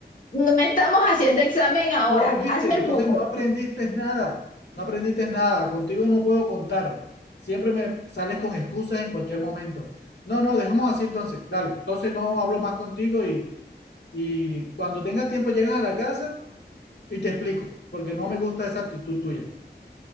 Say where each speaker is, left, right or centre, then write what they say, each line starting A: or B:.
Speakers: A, on the left; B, on the left.
A: No estamos haciendo examen ahora.
B: No, viste,
A: Hazme
B: entonces
A: el favor.
B: no aprendiste nada, no aprendiste nada, contigo no puedo contar, siempre me sales con excusas en cualquier momento. No, no, dejamos así entonces, dale, entonces no hablo más contigo y... Y cuando tengas tiempo llegas a la casa y te explico, porque no me gusta esa actitud tuya.